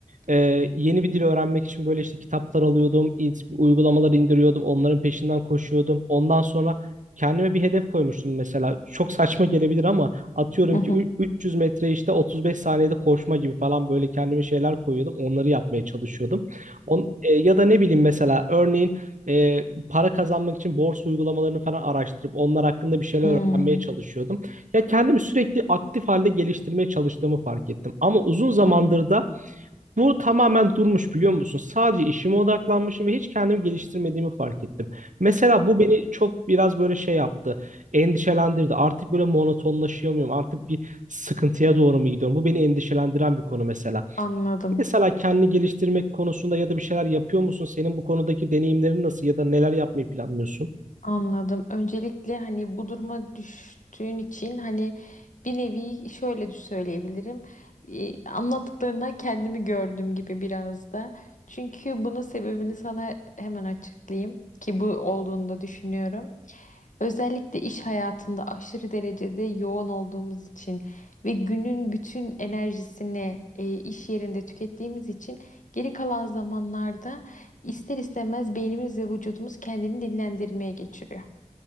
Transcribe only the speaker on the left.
Hı hı.
Hı hı.
Hı hı.
Anladım.
Anladım. Öncelikle hani bu duruma düştüğün için hani bir nevi şöyle de söyleyebilirim. Ee, anlattıklarından kendimi gördüm gibi biraz da. Çünkü bunun sebebini sana hemen açıklayayım ki bu olduğunu da düşünüyorum. Özellikle iş hayatında aşırı derecede yoğun olduğumuz için ve günün bütün enerjisini e, iş yerinde tükettiğimiz için geri kalan zamanlarda ister istemez beynimiz ve vücudumuz kendini dinlendirmeye geçiriyor.